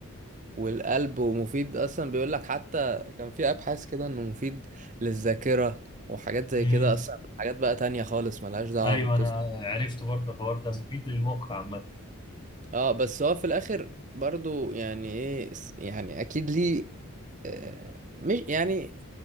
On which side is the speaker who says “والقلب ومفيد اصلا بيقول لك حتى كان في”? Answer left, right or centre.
Right